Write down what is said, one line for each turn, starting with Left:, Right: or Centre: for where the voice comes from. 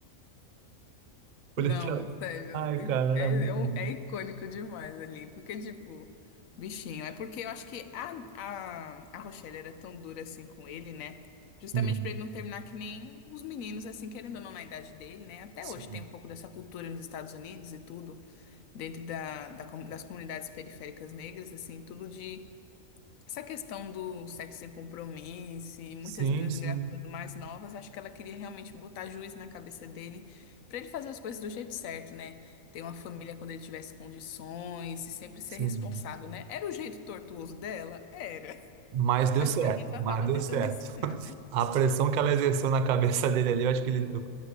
Right: Policial.
Left: não, sério.
Right: Ai, cara, era
Left: É,
Right: muito
Left: é,
Right: bom.
Left: um- é icônico demais ali. Porque, tipo, bichinho. É porque eu acho que a, a, a Rochelle era tão dura assim com ele, né? Justamente
Right: Uhum.
Left: pra ele não terminar que nem os meninos, assim, querendo ou não, na idade dele, né? Até
Right: Sim,
Left: hoje tem um pouco dessa cultura nos Estados Unidos e tudo, dentro da, da, com- das comunidades periféricas negras, assim, tudo de. Essa questão do sexo sem compromisso, e muitas
Right: sim,
Left: meninas
Right: sim.
Left: engravidando mais novas, acho que ela queria realmente botar juiz na cabeça dele, pra ele fazer as coisas do jeito certo, né? Ter uma família quando ele tivesse condições e sempre ser
Right: sim.
Left: responsável, né? Era o jeito tortuoso dela? Era.
Right: Mas deu
Left: Mas
Right: certo,
Left: pelo menos ela
Right: mas
Left: tava
Right: deu
Left: tentando
Right: certo.
Left: ensinar, né?
Right: A pressão que ela exerceu na cabeça dele ali, eu acho que ele, eu-